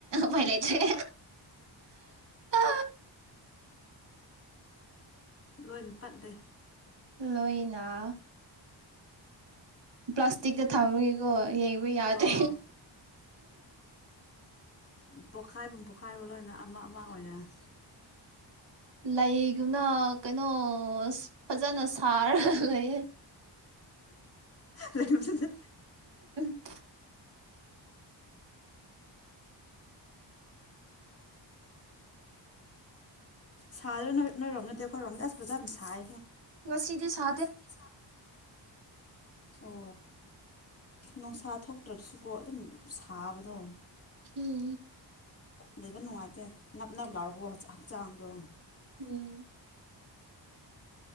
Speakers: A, on the right; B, on the left.
A: ꯄꯥꯏ ꯂꯩ ꯇ꯭ꯔꯦ ꯑ
B: ꯂꯣꯏ ꯅꯄꯥꯠ ꯗꯦ
A: ꯂꯣꯏꯅ ꯄ꯭ꯂꯥꯁꯇꯤꯛꯗ ꯊꯃ ꯏꯒꯣ ꯍ ꯌꯥꯗ
B: ꯑꯣ ꯎꯝ ꯄꯣꯛꯈꯥꯏꯐꯝ ꯄꯣꯛꯈꯥꯏꯕ ꯂꯣꯏꯅ ꯑꯃ ꯑꯃ ꯑꯣꯏꯅ
A: ꯂꯩꯒꯨꯝꯅ ꯀꯩꯅꯣ ꯐꯖꯅ ꯁꯥꯔꯒ ꯂꯩ
B: ꯂꯩꯕꯗꯨꯗ
A: <inaudible>
B: ꯁꯥꯗꯣꯏ ꯅꯣꯏ ꯅꯣꯏꯔꯣꯝ ꯅꯠꯇꯦ ꯑꯩꯈꯣꯏꯔꯣꯝꯗ ꯑꯁ ꯐꯖ ꯑꯗꯨꯝ ꯁꯥꯏ
A: ꯉ ꯁꯤꯗꯤ ꯁꯥ
B: ꯑꯣ ꯅꯨꯡꯁꯥ ꯊꯣꯛꯇ꯭ꯔꯗꯁꯨꯀꯣ ꯑꯗꯨꯝ ꯁꯥꯕꯗꯣ
A: ꯎꯝ
B: ꯂꯩꯕ ꯅꯨꯡꯉꯥꯏꯇꯦ ꯅꯞ ꯅꯅꯕ ꯂꯥꯎꯔꯒꯣ ꯍꯛꯆꯥꯡꯗꯣ
A: ꯎꯝ